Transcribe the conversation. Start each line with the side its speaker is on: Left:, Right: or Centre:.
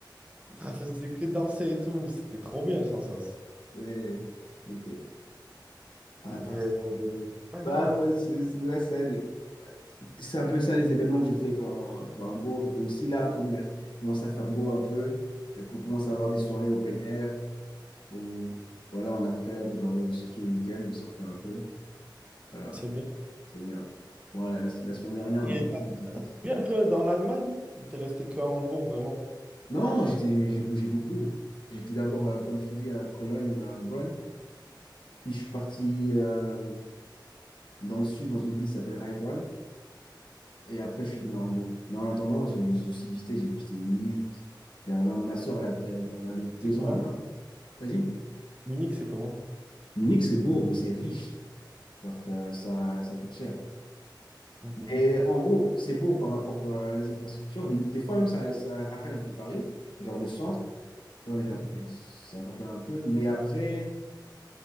Left: Ça,
Right: Ça faisait que danser et tout, c'était trop bien le Sansas.
Left: c'est- ok. Ah,
Right: Et,
Left: par
Right: euh,
Left: ça.
Right: ouais,
Left: Bah,
Right: non,
Left: moi, c'est c'est- ouais, ça, les- euh, c'est un peu ça les événements que je fais quand, quand il beau. aussi là, comme euh, il commence à faire beau un peu, et qu'on commence à avoir des soirées open air ou voilà, en après, genre, euh, surtout les week-ends, on sortait un peu. Voilà,
Right: c'est bien.
Left: c'est bien. Bon, la, la semaine dernière,
Right: Et
Left: ma copine,
Right: t'as
Left: elle sortait-
Right: vu un peu dans l'Allemagne? Ou t'es resté que à Hambourg, vraiment?
Left: Non, j'étais, j'ai bougé beaucoup. J'étais d'abord, euh, comme je te dis, à Cologne, à Bonn. Puis je suis parti euh, dans le sud, dans une ville qui s'appelle Heilbronn. Et après, je suis venu à Hambourg. Mais en attendant, j'ai j'ai aussi visité, j'ai visité Munich, Berlin. Ma sœur, elle, a- elle elle a vécu
Right: C'est
Left: deux
Right: comment?
Left: ans à Berlin. T'as dit?
Right: Munich, c'est comment?
Left: Munich, c'est beau, mais c'est riche. Alors, ça, ça, ça coûte cher.
Right: Ok.
Left: Et en gros, c'est beau par rapport euh, à les infrastructures. Lim- Des fois, même, ça, ça rappelle un peu Paris, genre le centre. Tu vois,
Right: Mhm.
Left: genre, ça rappelle un peu. Mais après,